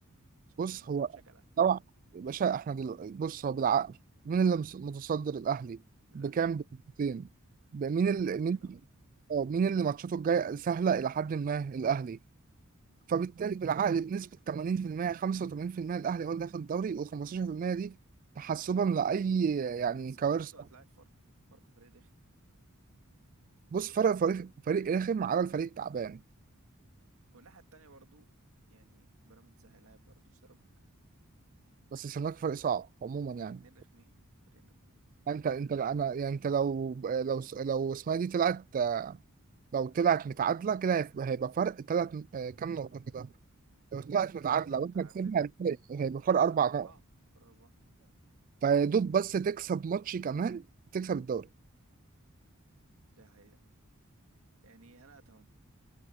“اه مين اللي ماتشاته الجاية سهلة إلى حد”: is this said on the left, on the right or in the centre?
Right